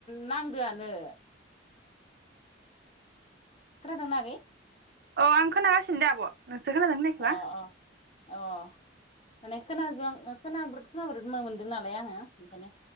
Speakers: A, on the left (about 30°); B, on the right (about 55°).
A: नांदोआनो। खोनादोंना आगै?
B: औ आं खोनागासिनो दे आब। नोंसो खोनादोंना खोनायाखैबा?
A: अ अ अ माने खोनाज्रां ओ खोनाब्रोद खोनाब्रोद मोनदों नालाय आङो बेखायनो।